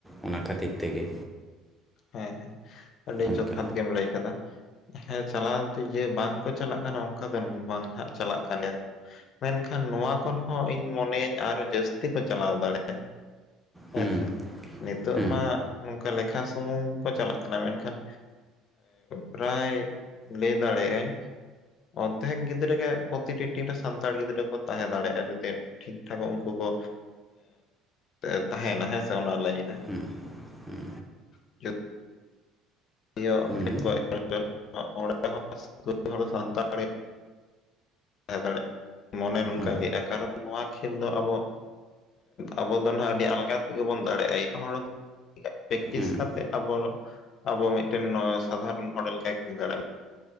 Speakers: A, in the centre; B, on the left.
A: ᱚᱱᱟ ᱠᱷᱟᱹᱛᱤᱨ ᱛᱮᱜᱮ
B: ᱦᱮᱸ ᱦᱮᱸ ᱟᱹᱰᱤ
A: ᱚᱱᱠᱟ
B: ᱡᱚᱛᱷᱟᱛ ᱜᱮᱢ ᱞᱟᱹᱭ ᱟᱠᱟᱫᱟ ᱦᱮᱸ ᱪᱟᱞᱟᱣᱛᱮ ᱤᱭᱟᱹ ᱵᱟᱝᱠᱚ ᱪᱟᱞᱟᱜ ᱠᱟᱱᱟ ᱚᱱᱠᱟ ᱫᱚ ᱵᱟᱝ ᱦᱟᱜ ᱪᱟᱞᱟᱜ ᱠᱟᱱ ᱜᱮ ᱢᱮᱱᱠᱷᱟᱱ ᱱᱚᱣᱟ ᱠᱷᱚᱱ ᱦᱚᱸ ᱤᱧ ᱢᱚᱱᱮᱭᱟᱹᱧ ᱟᱨᱚ ᱡᱟᱹᱥᱛᱤ ᱠᱚ ᱪᱟᱞᱟᱣ ᱫᱟᱲᱮᱭᱟᱜᱼᱟ
A: ᱦᱮᱸ
B: ᱦᱮᱸᱥᱮ ᱱᱤᱛᱚᱜ
A: ᱦᱮᱸ
B: ᱢᱟ ᱱᱚᱝᱠᱟ ᱞᱮᱠᱷᱟ ᱥᱩᱢᱩᱝ ᱠᱚ ᱪᱟᱞᱟᱜ ᱠᱟᱱᱟ ᱢᱮᱱᱠᱷᱟᱱ ᱯᱨᱟᱭ ᱞᱟᱹᱭ ᱫᱟᱲᱮᱭᱟᱜᱼᱟᱹᱧ ᱚᱨᱫᱷᱮᱠ ᱜᱤᱫᱽᱨᱟᱹ ᱯᱨᱚᱛᱤᱴᱤ ᱴᱤᱢ ᱨᱮ ᱥᱟᱱᱛᱟᱲ ᱜᱤᱫᱽᱨᱟᱹ ᱠᱚ ᱛᱟᱦᱮᱸ ᱫᱟᱲᱮᱭᱟᱜᱼᱟ ᱡᱚᱫᱤ ᱴᱷᱤᱠ ᱴᱷᱟᱠ ᱩᱱᱠᱩ ᱠᱚ ᱮᱸ ᱛᱟᱦᱮᱱᱟ ᱦᱮᱸᱥᱮ ᱚᱱᱟ ᱞᱟᱭᱤᱱ ᱨᱮ
A: ᱦᱩᱸ ᱦᱩᱸ
B: ᱡᱚ ᱢᱚᱬᱮ
A: ᱦᱮᱸ
B: ᱦᱚᱲ ᱚᱲᱟᱜ ᱦᱚᱲ ᱢᱤᱫ ᱥᱟᱱᱛᱟᱲ ᱛᱟᱦᱮᱸ ᱫᱟᱲᱮᱭᱟᱜᱼᱟ ᱢᱚᱱᱮ ᱱᱚᱝᱠᱟ
A: ᱦᱮᱸ
B: ᱜᱮᱼᱟ ᱠᱟᱨᱚᱱ ᱱᱚᱣᱟ ᱠᱷᱮᱞ ᱫᱚ ᱟᱵᱚ ᱟᱵᱚ ᱫᱚ ᱱᱟᱜ ᱟᱹᱰᱤ ᱟᱞᱜᱟ ᱛᱮᱜᱮ ᱵᱚᱱ ᱫᱟᱲᱮᱭᱟᱜᱼᱟ ᱮᱴᱟᱜ ᱦᱚᱲ ᱯᱮᱠᱴᱤᱥ
A: ᱦᱮᱸ
B: ᱠᱟᱛᱮ ᱟᱵᱚ ᱟᱵᱚ ᱢᱤᱫᱴᱮᱱ ᱥᱟᱫᱷᱟᱨᱚᱱ ᱦᱚᱲ ᱞᱮᱠᱟ ᱠᱷᱮᱞ ᱫᱟᱲᱮᱭᱟᱜ᱾